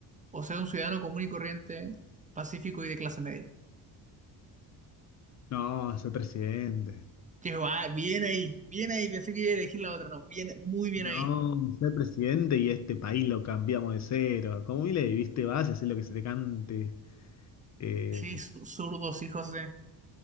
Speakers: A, on the right (about 20°); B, on the left (about 40°).
A: o ser un ciudadano común y corriente, pacífico y de clase media.
B: No, ser presidente.
A: Yo, ah, bien ahí, bien ahí, pensé que iba a elegir la otra, no, bien, muy bien
B: No,
A: ahí.
B: ser presidente y este país lo cambiamos de cero. Como le viste, vas y haces lo que se te cante. Eh,
A: Sí, zu- zurdos, hijos de...